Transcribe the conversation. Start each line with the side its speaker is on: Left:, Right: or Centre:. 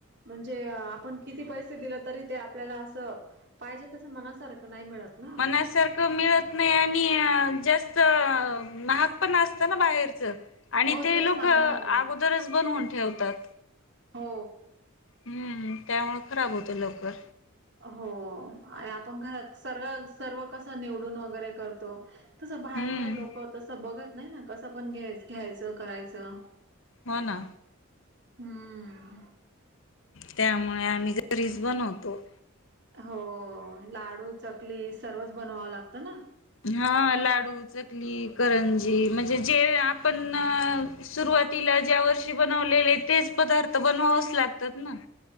Right: म्हणजे आपण किती पैसे दिले तरी ते आपल्याला असं पाहिजे तसं मनासारखं नाही मिळत. ना.
Left: मनासारखं मिळत नाही आणि जास्त महाग पण असत ना बाहेरचं. आणि
Right: हो
Left: ते
Right: तेच
Left: लोक
Right: ना महाग
Left: अगोदरच
Right: आहे.
Left: बनवून ठेवतात.
Right: हो
Left: हम्म त्यामुळ खराब होतं लवकर.
Right: हो आणि आपण घरात सर्व सर्व कसं निवडून वगैरे करतो. तसं बाहेर
Left: हम्म
Right: काय लोक तसं बघत नाही ना कसं पण घ्याय घ्यायचं करायचं
Left: हो ना!
Right: हम्म
Left: त्यामुळे आम्ही घरीच बनवतो.
Right: हो लाडू चकली सर्वच बनवावं लागतं ना?
Left: हा लाडू चकली करंजी म्हणजे जे आपण सुरव तीला ज्या वर्षी बनवलेले तेच पदार्थ बनवावच लागतात ना?